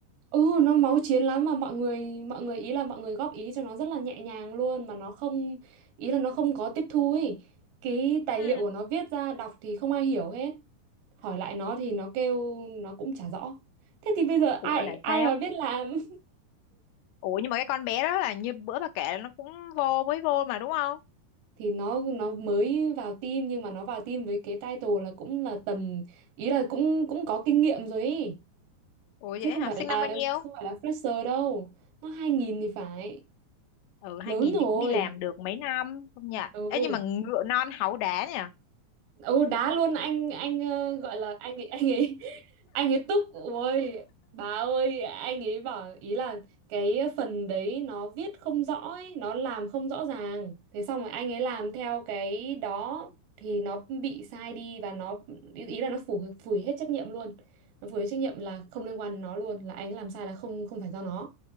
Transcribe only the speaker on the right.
ừ nó máu chiến lắm mà mọi người mọi người ý là mọi người góp ý cho nó rất là nhẹ nhàng luôn mà nó không ý là nó không có tiếp thu ấy. Cái tài
liệu của nó viết ra đọc thì không ai hiểu hết. Hỏi lại nó thì nó kêu nó cũng chả rõ. Thế thì bây giờ
ai
ai
mà biết làm
thì nó nó mới vào team nhưng mà nó vào team với cái title là cũng là tầm ý là cũng cũng có kinh nghiệm rồi ấy
chứ
không
phải
là
không phải là fresher đâu nó 2000 thì phải
lớn
rồi
ừ
ừ đá luôn anh anh ờ, gọi là anh ấy anh ấy <laughs> anh ấy tức ôi bà ơi anh ấy bảo ý là cái phần đấy nó viết không rõ ấy, nó làm không rõ ràng thế xong rồi anh ấy làm theo cái đó thì nó bị sai đi và nó ý ý là nó phủ phủi hết trách nhiệm luôn nó phủi hết trách nhiệm là không liên quan đến nó luôn là anh làm sai là không không phải do nó